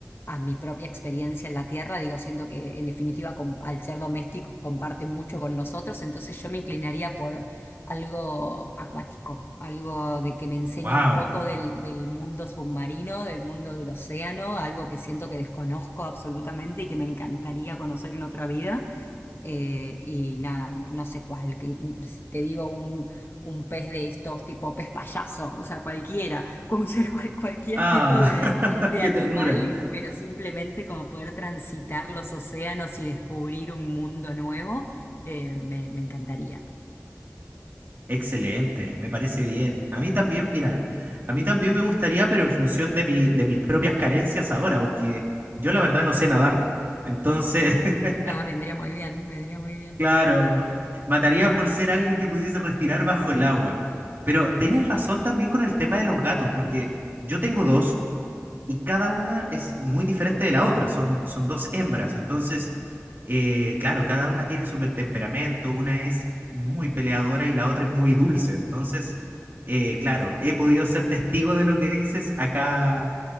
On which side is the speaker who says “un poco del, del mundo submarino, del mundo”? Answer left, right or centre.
Left